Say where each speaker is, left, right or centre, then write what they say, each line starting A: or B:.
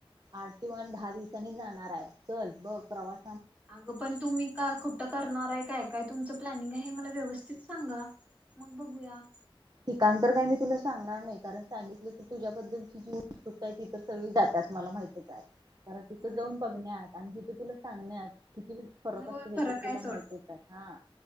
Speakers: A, on the right (about 45°); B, on the right (about 15°).
A: आठ किंवा दहा दिवसांनी जाणार हाय चल बघ प्रवास
B: आगं पण तुम्ही का कुठं करणार हाय काय काय तुमचं प्लनिंग हाय मला व्यवस्थित सांगा मग बघूया
A: ठिकाण तर काय मी तुला सांगणार नाही कारण, सांगितलो तर तुझ्या बद्दलची जी उत्सुकता हाय ती तर सगळी जात्याच, मला माहितच हाय. कारण तिथं
B: होय
A: जाऊन बघण्यात आणि तिथं तुला सांगण्यात किती फरक
B: होय
A: आसतोय
B: फरक
A: ते तर तुला
B: आहे
A: माहितयच
B: सोड
A: हाय हा